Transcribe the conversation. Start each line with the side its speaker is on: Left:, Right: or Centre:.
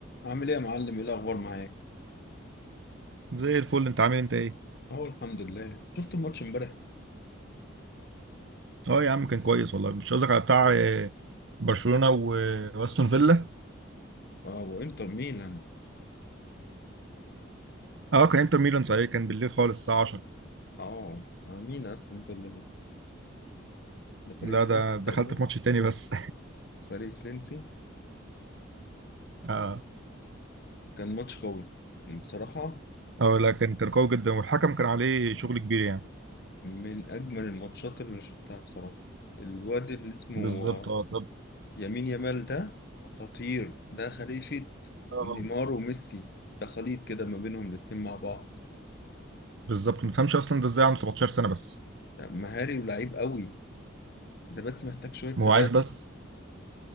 Left: عامل ايه يا معلم ايه الاخبار معاك
Right: زي الفل انت عامل انت ايه؟
Left: اه الحمد لله شفت الماتش امبارح
Right: اه يا عم كان كويس والله مش قصدك على بتاع آه، برشلونة و- واستون فيلا
Left: اه وانتر ميلان
Right: اه كان انتر ميلان صحيح كان بالليل خالص الساعة 10
Left: اه مع مين استون فيلا دي ده فريق
Right: لا
Left: فرنسي
Right: ده دخلت
Left: تقريبا
Right: في ماتش تاني بس
Left: فريق فرنسي
Right: <laughs> اه
Left: كان ماتش قوي بصراحة
Right: اه لا كان كان قوي جدا والحكم كان عليه شغل كبير يعني
Left: من اجمل الماتشات اللي شفتها بصراحة الواد اللي اسمه
Right: بالظبط
Left: آه،
Right: اه طب
Left: يمين يامال ده خطير ده خليفة
Right: اه
Left: نيمار وميسي ده خليط كده ما بينهم الاتنين مع بعض
Right: بالظبط ما تفهمش اصلا ده ازاي عنده 17 سنة بس
Left: ده مهاري ولعيب قوي ده بس محتاج شوية ثبات
Right: هو عايز بس